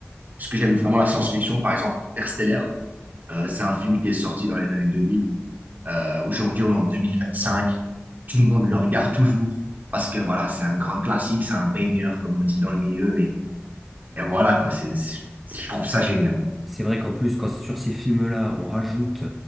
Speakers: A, on the right; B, in the centre.
A: parce que j'aime vraiment la science-fiction, par exemple Interstellar. Euh, c'est un film qui est sorti dans les années 2000. Euh, aujourd'hui, on est en 2025. Tout le monde le regarde toujours parce que voilà, c'est un grand classique, c'est un banger, comme on dit dans le milieu. Et, et voilà, quoi, c'est, c'est- je trouve ça génial.
B: C'est vrai qu'en plus, quand sur ces films-là, on rajoute